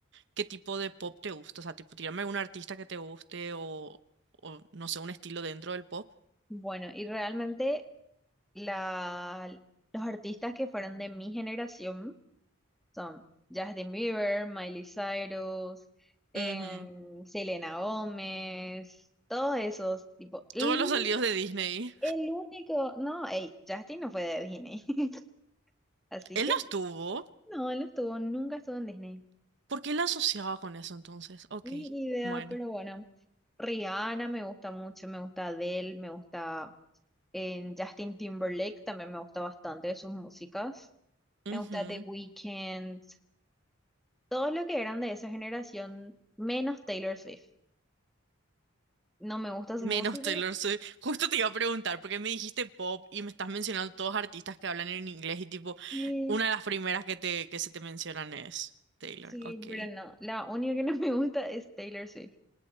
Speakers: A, on the right; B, in the centre.
A: ¿Qué tipo de pop te gusta? O sea, tipo, tirame algún artista que te guste o, o no sé, un estilo dentro del pop.
B: bueno, y realmente la, los artistas que fueron de mi generación, Son Justin Bieber, Miley Cyrus, em,
A: Ujú.
B: Selena Gómez, todos esos, tipo, el
A: Todos los
B: único,
A: salidos de Disney.
B: el único, no, ey, Justin no fue de Disney, <laughs> así
A: Él
B: que
A: los tuvo.
B: no, él no estuvo, nunca estuvo en Disney.
A: ¿Por qué la asociaba con eso entonces? Ok,
B: Ni idea,
A: bueno.
B: pero bueno. Rihanna me gusta mucho, me gusta Adele, me gusta em, Justin Timberlake, también me gusta bastante sus músicas.
A: Ujú.
B: Me gusta The Weeknd, todo lo que eran de esa generación, menos Taylor Swift. No me gusta su
A: Menos
B: música,
A: Taylor Swift. Justo te iba a preguntar, porque me dijiste pop y me estás mencionando todos artistas que hablan en inglés y tipo,
B: sí,
A: una de las primeras que te, que se te mencionan es Taylor.
B: sí,
A: Ok.
B: pero no. La única que no me gusta es Taylor Swift.